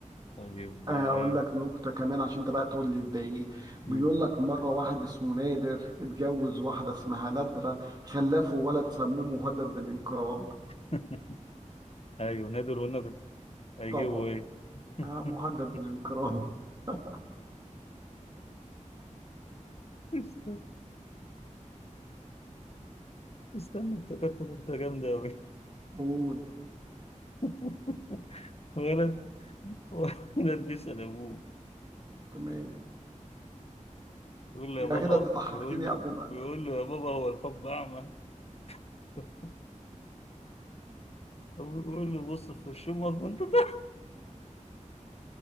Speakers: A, on the left; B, on the right.
A: طيب
B: آه،
A: آه،
B: اقول لك نكته كمان عشان انت بقى تقول لي ده ايه
A: مم.
B: بيقول لك مره واحد اسمه نادر اتجوز واحده اسمها نادره خلفه ولد سموه مهدد بالانقراض
A: <laughs> أيوة نادر ونادر هيجيبوا
B: طبعا
A: إيه <laughs>
B: آه مهدد بالانقراض <laughs>
A: استنى استنى افتكرت نكتة جامدة أوي
B: قول
A: <laughs> ولد ولد بيسأل أبوه
B: تمام
A: بيقول له
B: يا
A: يا بابا
B: غدا انت ضحكتني
A: بيقول له
B: قبل ما
A: بيقول له يا بابا هو الحب أعمى <laughs> بيقول له بص في وش أمك وأنت طالع